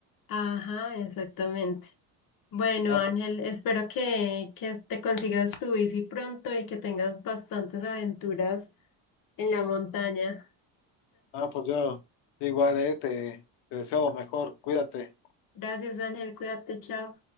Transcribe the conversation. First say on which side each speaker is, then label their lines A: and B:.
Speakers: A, on the left (about 50°); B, on the left (about 70°).
A: Ajá, exactamente. Bueno,
B: No,
A: Ángel, espero que, que te consigas tu bici pronto y que tengas bastantes aventuras en la montaña.
B: Ah, pues yo igual, eh, te, te deseo lo mejor, cuídate.
A: Gracias, Ángel, cuídate, chao.